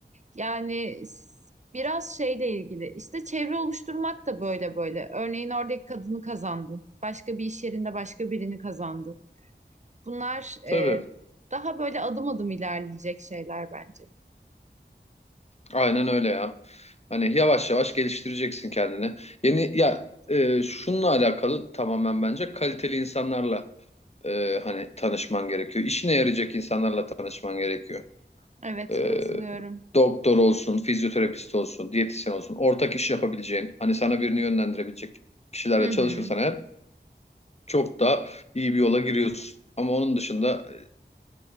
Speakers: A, on the right; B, on the left.
A: Yani s- biraz şeyle ilgili. İşte çevre oluşturmak da böyle böyle. Örneğin oradaki kadını kazandın. Başka bir iş yerinde başka birini kazandın. Bunlar
B: Tabii
A: e, daha böyle adım adım ilerleyecek şeyler bence.
B: aynen öyle ya. Hani yavaş yavaş geliştireceksin kendini. Yeni ya e, şununla alakalı tamamen bence kaliteli insanlarla e, hani tanışman gerekiyor. İşine yarayacak insanlarla tanışman gerekiyor.
A: Evet
B: E,
A: katılıyorum.
B: doktor olsun, fizyoterapist olsun, diyetisyen olsun, ortak iş yapabileceğin, hani sana birini yönlendirebilecek kişilerle
A: Hı hı,
B: çalışırsan eğer çok daha iyi bir yola giriyorsun. Ama onun dışında e,